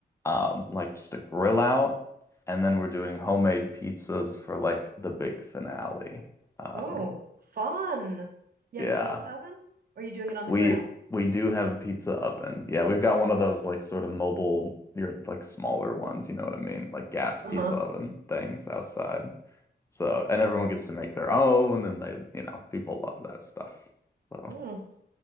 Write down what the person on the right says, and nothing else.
Oh, fun. You
have a pizza oven, or are you doing it on the
grill?
Uh-huh.
Oh,